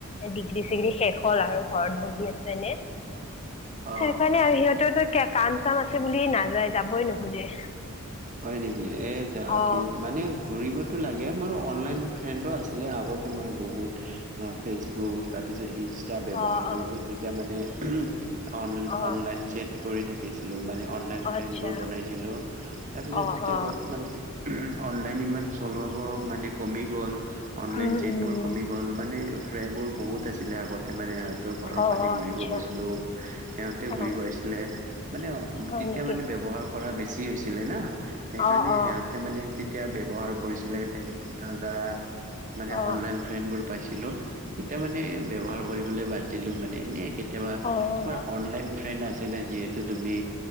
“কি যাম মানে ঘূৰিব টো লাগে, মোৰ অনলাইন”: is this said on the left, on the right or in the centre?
Right